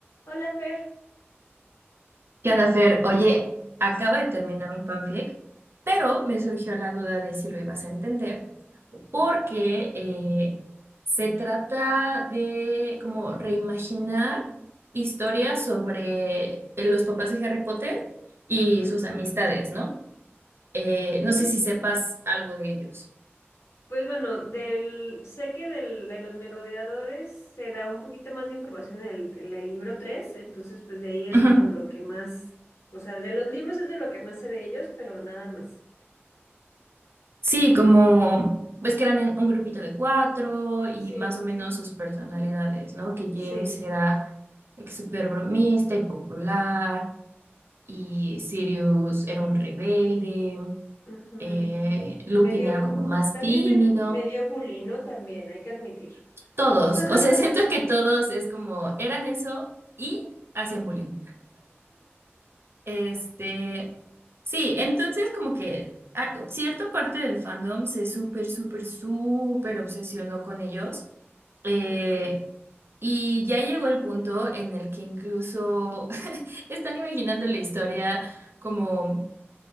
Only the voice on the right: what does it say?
¿Qué onda, Fer? Oye, acabo de terminar un fanfic, pero me surgió la duda de si lo ibas a entender, porque eh, se trata de como reimaginar historias sobre eh, los papás de Harry Potter y
sus amistades, ¿no? Eh,
no sé si sepas algo de ellos.
Ujú.
Sí, como ves que eran en un grupito de cuatro y
más o menos sus personalidades, ¿no? Que James
era like, súper bromista y popular, y Sirius era un rebelde,
eh, Lupin
era como más
tímido.
Todos,
o sea, <laughs> siento que todos es como eran eso y hacían bullying. Este, sí, entonces como que ah, cierta parte del fandom se súper, súper, súper obsesionó con ellos. Eh,
y ya llegó el punto en el que incluso <laughs> están imaginando la historia como